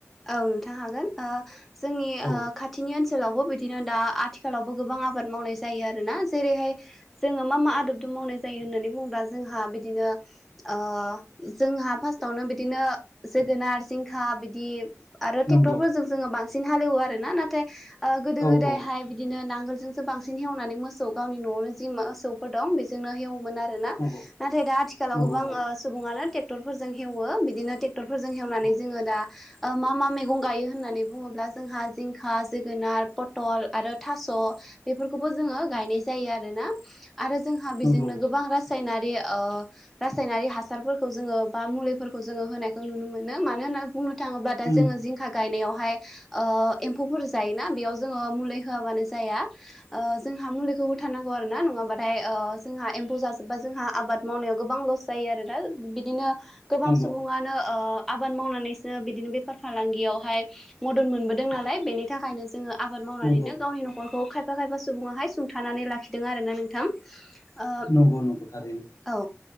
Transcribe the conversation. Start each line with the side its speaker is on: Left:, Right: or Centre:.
Centre: औ नोंथां हागोन ओ जोंनि ओ
Left: औ
Centre: खाथिनि ओनस सोलावबो बिदिनो दा आथिखालावबो गोबां आबाद मावनाय जायो आरोना जेरैहाय जोङो मा मा आदब जों मावनाय जायो होननानै बुङोब्ला जोंहा बिदिनो ओ जोंहा फार्स्टावनो बिदिनो जोगोनार जिंखा बिदि आरो
Left: नंगौ
Centre: ट्रेक्टरफोरजों जोङो बांसिन हालेवो आरो ना नाथाय ओ गोदो
Left: औ
Centre: गोदायहाय
Left: औ
Centre: बिदिनो नांगोलजोंसो बांसिन हेवनानै मोसौ गावनि न'आवनो जि मोसौफोर दं बेजोंनो हेवोमोन आ रोना
Left: नंगौ
Centre: नाथाय दा आथिखालाव
Left: नंगौ
Centre: गोबां
Left: औ
Centre: ओ सुबुंआनो टेक्टर फोरजों हेवो बिदिनो टेक टरफोरजों हेवनानै
Left: औ
Centre: जोङो दा ओ मा मा मेगं गायो होननानै बुङोब्ला जोंहा जिंखा जोगोनार पथल आरो थास' बेफोरखौबो जोङो गायनाय जायो आरो ना आरो जोंहा बेजोंनो
Left: नंगौ
Centre: गोबां रास सायनारि ओ रासायनारि हासारफोरखौ जोङो बा मुलिफोरखौ जोङो होनायखौ नुनो मोनो मानो होनना बुंनो थाङोबा
Left: उम
Centre: दा जोङो जिंखा गायनायावहाय ओ एम्फौफोर जायोना बेयाव जोङो मुलि होआबानो जाया ओ जोंहा मुलिखौ होथारनांगौ आरो ना नङाबाथाय ओ जोंहा एम्फौ जाजोबबा जोंहा आबाद मावनायाव गोबां लस जायो आरो दा बिदिनो गोबां
Left: नंगौ
Centre: सुबुङानो ओ आबाद मावनानैस जोङो बिदिनो बेफार फालांगियावहाय मदद मोनबोदों नालाय बेनि थाखायनो जोङो आबाद मावनानैनो
Left: नंगौ
Centre: गावनि न'खरखौ खायफा खायफा सुबुङाहाय सुंथानानै लाखिदों आरोना नोंथां ओ
Left: नंगौ नंगौ थारैनो
Centre: औ